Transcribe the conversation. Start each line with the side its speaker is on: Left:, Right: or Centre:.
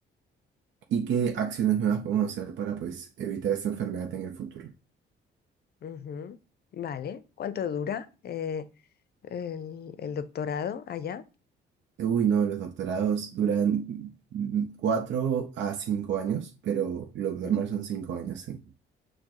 Right: ¿Y qué acciones nuevas podemos hacer para pues evitar esta enfermedad en el futuro?
Left: ujú, Vale. ¿Cuánto dura eh, el, el doctorado allá?
Right: Uy, no, los doctorados duran mm, cuatro a cinco años, pero lo normal
Left: Mm,
Right: son cinco años, sí.